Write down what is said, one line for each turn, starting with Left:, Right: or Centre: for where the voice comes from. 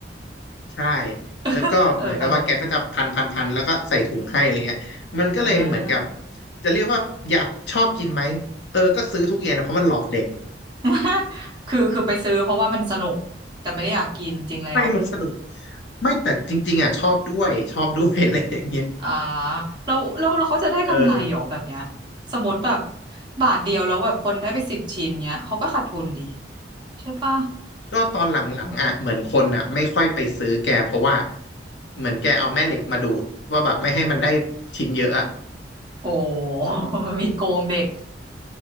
Left: ใช่แล้วก็เหมือนกับว่าแกก็จะพันพันพันแล้วก็ใส่ถุงให้อะไรเงี้ยมันก็เลยเหมือนกับ
Right: <laughs> เออตลกเลยอ่า
Left: จะเรียกว่าอยากชอบกินไหมเออก็ซื้อทุกเย็นนะเพราะมันหลอกเด็ก
Right: <laughs> คือคือไปซื้อเพราะว่ามันสนุกแต่ไม่ได้อยากกินจริงแล้ว
Left: <laughs> ไม่มันสนุก ไม่แต่จริงๆอ่ะชอบด้วยชอบด้วย <laughs> อะไรอย่างเงี้ย
Right: อ่าแล้วแล้วแล้วเขาจะได้กำไรหรอแบบเนี้ย
Left: เออ
Right: สมมติแบบบาทเดียวแล้วแบบคนได้ไปสิบชิ้นเนี้ยเขาก็ขาดทุนดีใช่ปะ
Left: ก็ตอนหลังๆอ่ะเหมือนคนอ่ะไม่ค่อยไปซื้อแกเพราะว่าเหมือนแกเอาแม่เหล็กมาดูดว่าแบบไม่ให้มันได้ชิ้นเยอะอ่ะ
Right: โอ้ <laughs> มีโกงเด็ก